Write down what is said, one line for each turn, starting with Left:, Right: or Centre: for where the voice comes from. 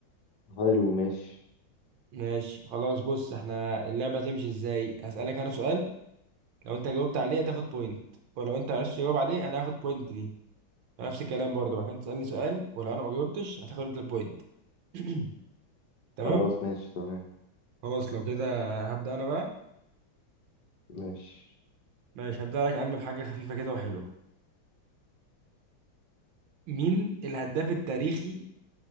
Left: حلو ماشي
Right: ماشي خلاص بص احنا اللعبة تمشي ازاي؟ هسألك انا سؤال لو انت جاوبت عليه هتاخد بوينت ولو انت معرفتش تجاوب عليه انا هاخد بوينت دي نفس الكلام برضه بعد كده تسألني سؤال ولو انا ما جاوبتش هتاخد انت البوينت <clears throat> تمام
Left: خلاص ماشي تمام
Right: خلاص لو كده هبدأ انا بقى
Left: ماشي
Right: ماشي هبدأ لك يا عم بحاجة خفيفة كده وحلوة مين الهداف التاريخي